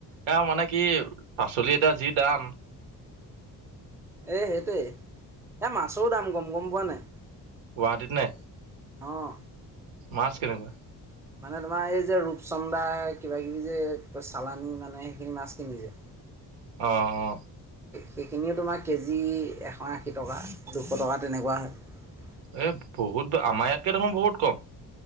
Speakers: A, on the right; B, in the centre.
A: এ মানে কি পাচলি এটা যি দাম
B: এই সেইটোৱেই। এ মাছৰো দাম গম, গম পোৱা নে নাই?
A: গুৱাহাটীত নে?
B: অহ।
A: মাছ কেনেকুৱা?
B: মানে তোমাৰ এই যে ৰূপচন্দা কিবা কিবি যে চালানি মানে সেইখিনি মাছ কিনি যে।
A: অ', অ'।
B: সেইখিনিও তোমাৰ কেজি এশ আশী টকা দুশ টকা তেনেকুৱা হয়।
A: এ বহুত, আমাৰ ইয়াতকে দেখোন বহুত কম।